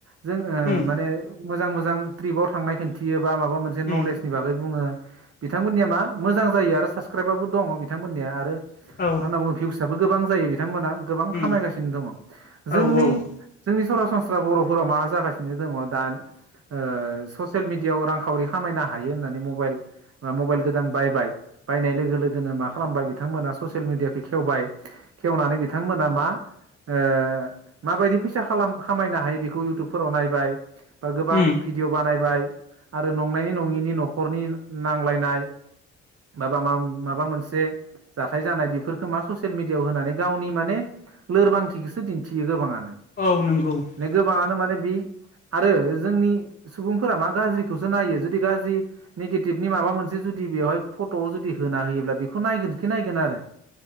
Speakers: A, on the right; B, on the left.
A: जों
B: औ
A: ओ
B: उम
A: माने मोजां मोजां ट्रिपाव थांनाय खिनथियो बा माबा मोनसे
B: उम
A: नलेजनि बागै बुङो बिथांमोननिया मा मोजां जायो आरो साब्सक्राइबारबो दङ बिथांमोननिया आरो
B: औ
A: मा होनना बुङो भिउसआबो गोबां जायो बिथांमोना। गोबां
B: उम
A: खामायगासिनो दङ
B: औ
A: जोंनि
B: औ उम
A: जोंनि सरा सोरबा-सोरबा बर'फोराव मा जागासिनो दंङ दा ओ ससियेल मिडियायाव रांखावरि खामायनो हायो होननानै मबाइल बा मबाइल गोदान बायबाय बायनाय लोगो लोगोनो मा खालामबाय बिथांमोना ससियेल मिेडियाखौ खेवबाय खेवनानै बिथांमोना मा ओ माबायदि फैसा खामायनो हायो बेखौ इउटुबफोराव नायबाय बा गोबां
B: उम
A: भिडिय' बानायबाय आरो नंनायनि नङिनि न'खरनि नांलायनाय माबा मा-माबा मोनसे जाथाय जानाय बेफोरफोरखौ मा स सियेल मिडियाआव होनानै गावनि माने लोरबांथिखौसो दिन्थियो गोबाङा नो
B: औ नंगौ औ
A: गोबाङानो माने बे आरो जोंनि सुबुंफोरा मा गाज्रिखौसो नायो जुदि गाज्रि नेगेटिभनि माबा मोनसे जुदि जुदि बेवहाय फट'आव जुदि होना होयोब्ला बेखौ नायगोनखि नायगोन आरो।